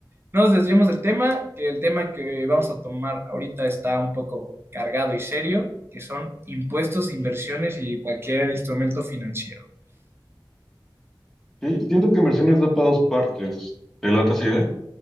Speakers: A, on the right (about 30°); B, in the centre.
A: no nos desviemos del tema, que el tema que vamos a tomar ahorita está un poco cargado y serio, que son impuestos, inversiones y cualquier instrumento financiero.
B: Sí, siento que inversiones da para dos partes. ¿Te late esa idea?